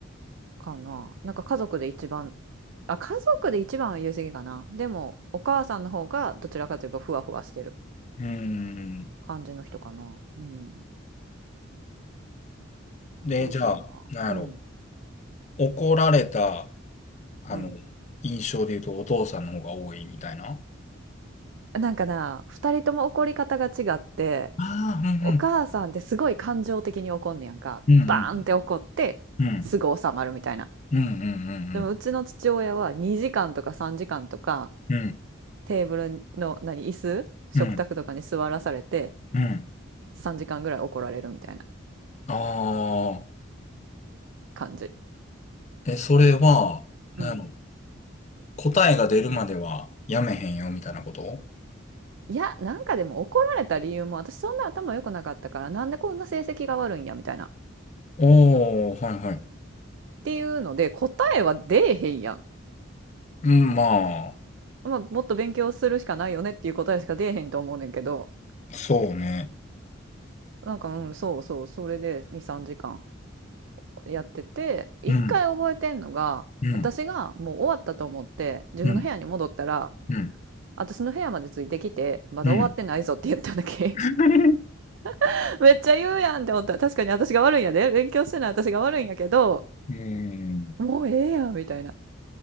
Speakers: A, on the right; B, on the left.
A: かな。なんか家族で一番あ、家族で一番は言い過ぎかな。でも、お母さんの方がどちらかといえばふわふわしてる
B: うーん。
A: 感じの人かな。うん。
B: で、
A: お父さんは。
B: じゃあ、なんやろ。
A: うん。
B: 怒られた、あの、
A: うん。
B: 印象で言うとお父さんの方が多いみたいな。
A: なんかな、二人とも怒り方が違って、
B: ああ、うん
A: お母さんってすごい感情的に怒んねやんか。
B: うん。うんうん。
A: バーンって怒って、
B: うん
A: すぐ収まるみたいな。
B: うんうん
A: でも、うちの父親は2時間とか3時間とか、
B: うんうん。うん
A: テーブルの、何、椅子食卓とかに座らされて、
B: うんうん。
A: 3時間ぐらい怒られるみたいな
B: ああ
A: 感じ。
B: ー。え、それは、なんやろ
A: うん
B: 答えが出るまではやめへんよみたいなこと
A: いや、なんかでも怒られた理由も私そんな頭良くなかったからなんでこんな成績が悪いんやみたいな。っ
B: おおー、はいはい。
A: ていうので答えは出えへんやん。
B: うん、まあ、
A: まあ、もっと勉強するしかないよねっていう答えしか出えへんと思うねんけど
B: そうね。
A: なんかうんそうそうそれで2、3時間やってて一回覚えてんのが私がもう終わったと思って自分の部屋に戻ったら
B: うん、うん、うん、うん、
A: 私の部屋までついてきてまだ終わってないぞって言っただけ
B: うん。<laughs>
A: <laughs> めっちゃ言うやんって思った確かに私が悪いんやで勉強してない私が悪いんやけど
B: うん。
A: もうええやんみたいな。